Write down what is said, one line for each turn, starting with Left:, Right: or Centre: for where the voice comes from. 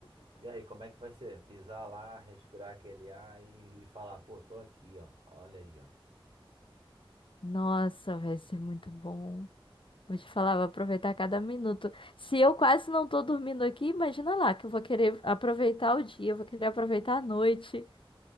Right: E aí, como é que vai ser? Pisar lá, respirar aquele ar e, e falar, pô, tô aqui, ó. Olha aí, ó.
Left: Nossa, vai ser muito bom. Vou te falar, vou aproveitar cada minuto. Se eu quase não tô dormindo aqui, imagina lá que eu vou querer aproveitar o dia, eu vou querer aproveitar a noite.